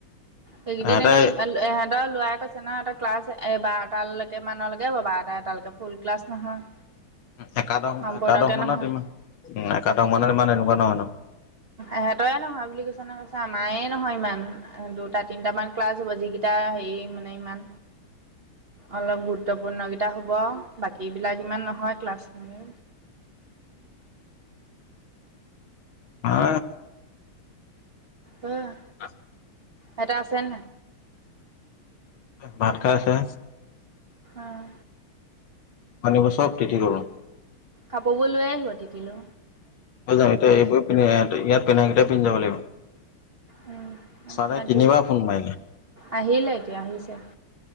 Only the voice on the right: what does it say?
সেইকদিন
ন ইমান ইহঁতৰ লৰা ক ছে নহয় এটা ক্লাছ এই বাৰটালৈকে মানলৈকে হ'ব বাৰটা এটালৈকে ফুল ক্লাছ নহয়।
সম্পূৰ্ণকে
নহয়
ইহঁতৰে নহয় বুলি কৈছে নহয় কৈছে আমাৰে নহয় ইমান দুটা তিনিটামান ক্লাছ হ'ব যিকেইটা হেৰি মানে ইমান অলপ গুৰুত্বপূৰ্ণ কেইটা হব বাকী বিলাক ইমান নহয় ক্লাছনেকে।
উম।
এেইটা আছে ন?
আহ।
কাপোৰ বোৰ লৈ আহিব টিকিলো।
উম
ইয়ত,
আহিলে এতিয়া আহিছে।